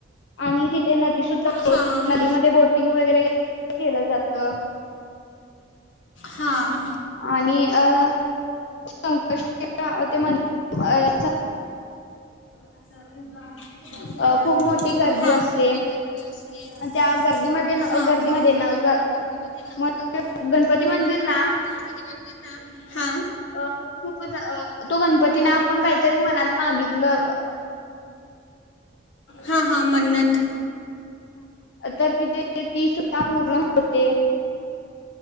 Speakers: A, on the left; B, on the left.
A: आणि तिथे नदी सुद्धा
B: हा
A: <inaudible> नदीमध्ये बोटिंग वगैरे <inaudible> केलं जात.
B: हा
A: आणि अ <unintelligible>
B: हा
A: अं, खूप मोठी गर्दी असते
B: ह
A: आणि त्या गर्दीमध्ये न- गर्दीमध्ये ना ग-
B: ह
A: मग गणपती मंदिर ना
B: हां
A: अ खूप तो गणपती ना पण काहीतरी मनात मागितलं
B: हा हा मन्नत
A: तर तिथे ती सुद्धा पूर्ण होते.